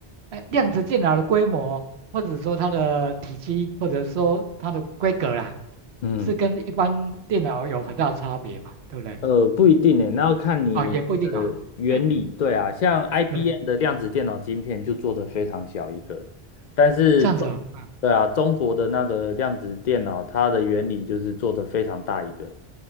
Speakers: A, on the right; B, on the left.
A: 哎，量子电脑的规模，或者说它的体积，或者说它的规格啦，
B: 嗯。
A: 是跟一般电脑有很大的差别吧？对不对？
B: 呃，不一定诶，那要看你的原理。
A: 啊、也不一定啊、哎，
B: 对啊，像 IBM
A: 对，
B: 的量子电脑晶片就做得非常小一个，但是中，
A: 这样子啊、哦。
B: 对啊，中国的那个量子电脑，它的原理就是做得非常大一个。